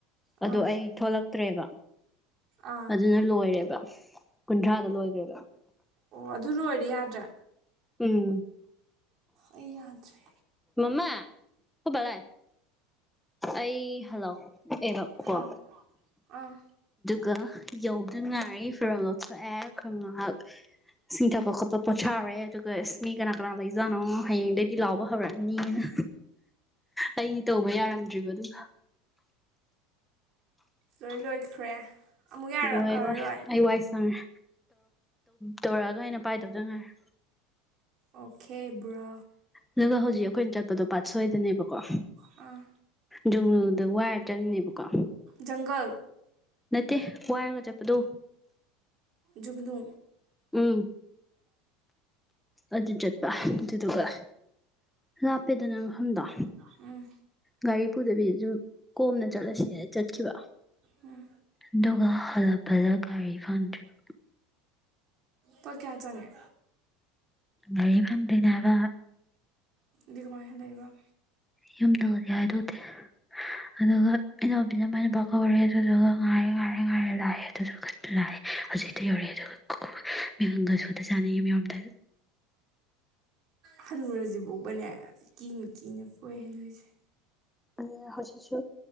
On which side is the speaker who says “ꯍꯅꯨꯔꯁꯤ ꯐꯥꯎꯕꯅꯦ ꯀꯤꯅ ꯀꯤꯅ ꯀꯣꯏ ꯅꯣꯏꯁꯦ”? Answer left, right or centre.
Right